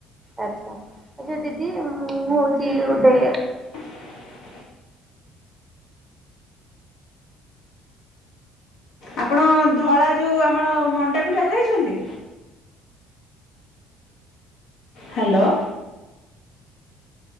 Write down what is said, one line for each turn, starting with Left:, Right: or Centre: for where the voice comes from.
Right: ଆଛା, ଆଛା, ଦିଦି ମୁଁ, ହଉଛି ଗୋଟେ
Left: <inaudible> ଆପଣ ଧଳା ଯଉଁ ଆମ ମଣ୍ଡା ପିଠା ଖାଇଛନ୍ତି? ହ୍ୟାଲୋ!